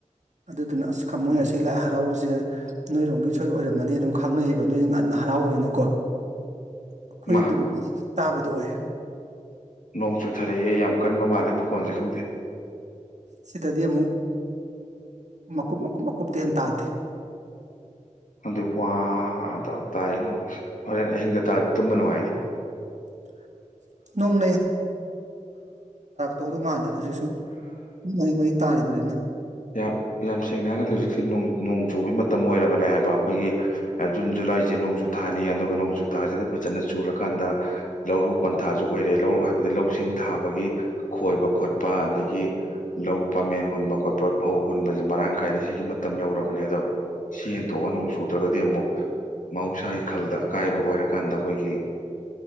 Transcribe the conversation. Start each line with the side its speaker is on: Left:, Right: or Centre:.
Right: ꯑꯗꯨꯗꯨꯅ ꯑꯁꯃꯣꯏ
Left: ꯎꯝ
Right: ꯑꯁꯤ ꯂꯥꯏ ꯍꯔꯥꯎꯕꯁꯦ ꯅꯣꯏꯔꯣꯝꯒꯤ ꯁꯣꯏ ꯑꯣꯏꯔꯝꯃꯅꯤ ꯑꯗꯨꯝ ꯈꯪꯅꯩꯌꯦꯕ ꯅꯣꯏꯁꯦ ꯉꯟꯅ ꯍꯔꯥꯎꯕꯅꯤꯅꯀꯣ ꯑꯩꯈꯣꯏ
Left: ꯃꯥ
Right: ꯑꯗꯨꯝ ꯇꯥꯕꯗꯣ ꯑꯣꯏ
Left: ꯅꯣꯡ ꯆꯨꯊꯔꯛꯑꯦ ꯌꯥꯝ ꯀꯟꯕ ꯃꯥꯜꯂꯦ ꯃꯈꯣꯟꯁꯦ ꯈꯪꯗꯦ
Right: ꯁꯤꯗꯗꯤ ꯑꯃꯨꯛ ꯃꯀꯨꯞ ꯃꯀꯨꯞ ꯃꯀꯨꯞꯇ ꯍꯦ ꯇꯥꯗꯦ
Left: ꯑꯗꯨꯗꯤ ꯋꯥꯗ ꯇꯥꯏꯅꯣ ꯍꯣꯔꯦꯟ ꯑꯍꯤꯡꯗ ꯇꯥꯔꯗꯤ ꯇꯨꯝꯕ ꯅꯨꯡꯉꯥꯏꯅꯤ
Right: <unintelligible> ꯅꯣꯡ ꯇꯧꯗꯧ ꯃꯥꯜꯂꯦ ꯍꯧꯖꯤꯛꯁꯨ ꯃꯍꯤꯛ ꯃꯍꯤꯛ ꯇꯥꯔꯤꯕꯅꯤꯅ
Left: ꯌꯥꯝ ꯌꯥꯝ ꯁꯦꯡꯅ ꯍꯥꯏꯔꯒꯗꯤ ꯍꯧꯖꯤꯛꯁꯦ ꯅꯣꯡ ꯆꯨꯕꯒꯤ ꯃꯇꯝ ꯑꯣꯏꯔꯕꯅꯦ ꯍꯥꯏꯕ ꯑꯩꯈꯣꯏꯒꯤ ꯖꯨꯟ ꯖꯨ ꯂꯥꯏꯁꯦ ꯅꯣꯡꯖꯨ ꯊꯥꯅꯤ ꯑꯗꯨꯒ ꯅꯣꯡꯖꯨ ꯊꯥꯁꯤꯗ ꯐꯖꯅ ꯆꯨꯔꯀꯥꯟꯗ ꯂꯧꯔꯣꯛ ꯄꯟꯊꯥꯁꯨ ꯑꯣꯏꯔꯦ ꯂꯧꯔꯣꯛ ꯍꯥꯏꯕꯗꯤ ꯂꯧꯁꯤꯡ ꯊꯥꯕꯒꯤ ꯈꯣꯏꯕ ꯈꯣꯠꯄ ꯑꯗꯒꯤ ꯂꯧ ꯄꯥꯃꯦꯟ ꯍꯨꯟꯕ ꯈꯣꯠꯄ ꯐꯧ ꯍꯨꯟꯕꯁꯦ ꯃꯔꯥꯡ ꯀꯥꯏꯅ ꯁꯤꯒꯤ ꯃꯇꯝ ꯌꯧꯔꯛꯔꯕꯅꯦ ꯑꯗꯣ ꯁꯤ ꯍꯦꯟꯇꯣꯛꯑꯒ ꯅꯣꯡ ꯆꯨꯗ꯭ꯔꯒꯗꯤ ꯑꯃꯨꯛ ꯃꯍꯧꯁꯥꯒꯤ ꯈꯜꯗ ꯑꯀꯥꯏꯕ ꯑꯣꯏꯔꯀꯥꯟꯗ ꯑꯩꯈꯣꯏꯒꯤ